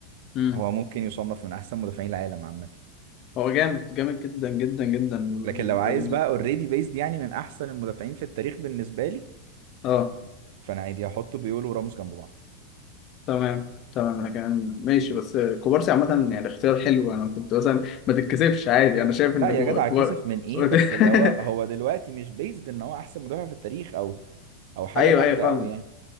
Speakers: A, on the left; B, on the right.
A: امم
B: هو ممكن يصنف من احسن مدافعين العالم عامه
A: هو جامد جامد جدا جدا جدا ال...
B: لكن لو عايز
A: ال...
B: بقى اوريدي بيزد يعني من احسن المدافعين في التاريخ بالنسبه لي
A: اه
B: فانا عادي احط بيول وراموس جنب بعض
A: تمام تمام لكن ماشي بس كوبارسي عامة يعني اختيار حلو انا كنت مثلا ما تتكسفش عادي انا شايف
B: لا
A: ان
B: يا
A: كوب-
B: جدع
A: كوبار
B: كسف من ايه
A: <laughs>
B: بس اللي هو هو دلوقتي مش بيزد ان هو احسن مدافع في التاريخ او او حاجه
A: ايوه
B: جامده
A: ايوه فاهمك
B: قوي يعني